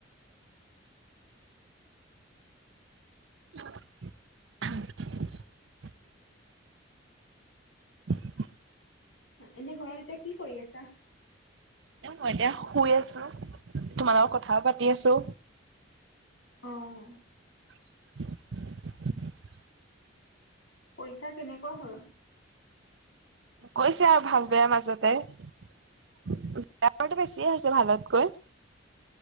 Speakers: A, on the right (about 70°); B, on the left (about 75°).
A: <unintelligible> <unintelligible>
B: এনেই ঘৰত এতিয়া কি কৰি আছা।
A: মই এতিয়া শুই আছো তোমাৰ লগত কথাও পাতি আছো।
B: অঁ
A: <unintelligible>
B: পৰীক্ষা কেনেকুৱা হ'ল।
A: গৈছে আৰু ভাল বেয়াৰ মাজতে। বেয়াৰটো বেছিয়ে হৈছে ভালতকৈ।